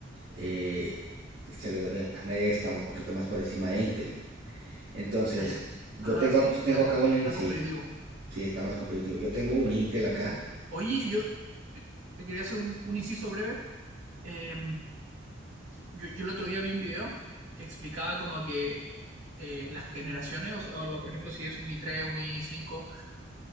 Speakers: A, on the right; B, on the right.
A: eh, se le- eh, AMD está un poquito más por encima de Intel. Entonces,
B: Ah, ya.
A: yo
B: Ah,
A: tengo,
B: sí,
A: ac- tengo
B: tan,
A: acá
B: com-
A: un... Intel.
B: tan
A: Sí,
B: competitivo.
A: sí, está más competitivo. Yo tengo un Intel acá,
B: Oye, yo te, te quería hacer un, un inciso breve. Eh, yo, yo el otro día vi un video que explicaba como que eh, las generaciones, o, sea, o lo- por ejemplo, si es un i tres, un i cinco,